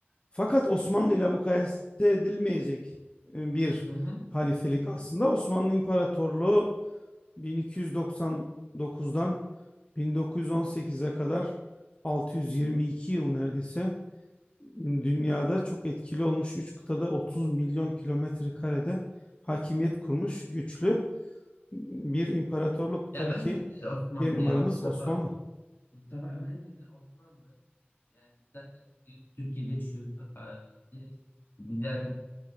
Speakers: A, on the left; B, on the left.
A: Fakat Osmanlı ile mukayese edilmeyecek e, bir
B: hı. hı.
A: halifelik aslında. Osmanlı İmparatorluğu 1299'dan 1918'e kadar 622 yıl neredeyse dünyada çok etkili olmuş 3 kıtada 30 milyon kilometre karede hakimiyet kurmuş güçlü bir imparatorluk.
B: Ya
A: Tabii
B: bence
A: ki
B: de Osmanlı
A: bir numaramız
B: ya Mustafa.
A: Osmanlı.
B: Mustafa bence de Osmanlı. Yani biz zaten biz Türkiye'de yaşıyoruz. Aa, direkt bizden